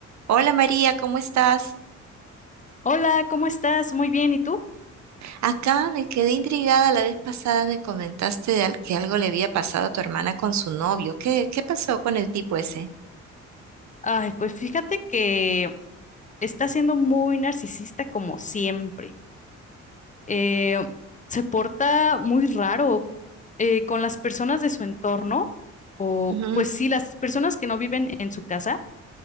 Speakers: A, on the right (about 65°); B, on the left (about 25°).
A: Hola María, ¿cómo estás?
B: Hola, ¿cómo estás? Muy bien, ¿y tú?
A: Acá me quedé intrigada la vez pasada, me comentaste de al- que algo le había pasado a tu hermana con su novio. ¿Qué, qué pasó con el tipo ese?
B: Ay, pues fíjate que está siendo muy narcisista como siempre. Eh, se porta muy raro eh, con las personas de su entorno, o
A: Ujú,
B: pues sí, las personas que no viven en su casa,